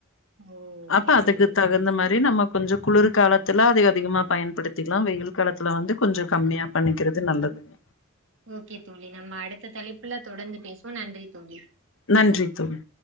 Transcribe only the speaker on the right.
ஓ ஓகே
தோழி
ஓகே தோழி
ஓகே தோழி நம்ம அடுத்த தலைப்புல தொடர்ந்து பேசுவோ நன்றி தோழி